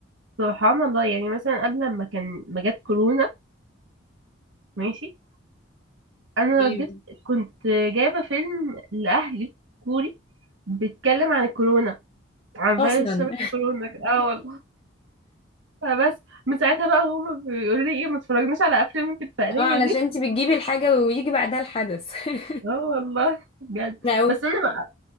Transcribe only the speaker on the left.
إيه؟
اصلا
<laughs>
اه علشان
انت بتجيبي الحاجه ويجي بعدها الحدث <laughs>
أو